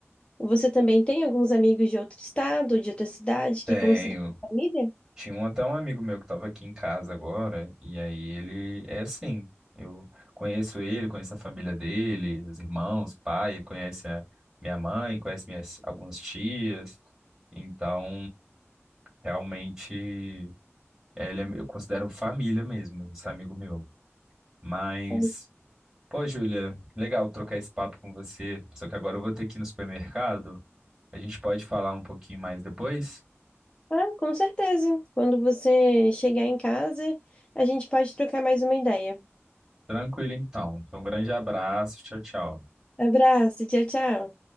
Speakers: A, on the left; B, on the right.
A: Você também tem alguns amigos de outro estado, de outra cidade,
B: Tenho.
A: que considera família?
B: Tinha um, até um amigo meu que estava aqui em casa agora, e aí ele é assim. Eu conheço ele, conheço a família dele, os irmãos, pai, ele conhece a minha mãe, conhece minhas algumas tias. Então, realmente, é, ele é, eu considero família mesmo, esse amigo meu. Mas,
A: Ah,
B: pô, Júlia, legal trocar esse papo com você. Só que agora eu vou ter que ir no supermercado. A gente pode falar um pouquinho mais depois?
A: ah, com certeza. Quando você chegar em casa, a gente pode trocar mais uma ideia.
B: Tranquilo, então. Então, um grande abraço. Tchau, tchau.
A: Abraço, tchau, tchau.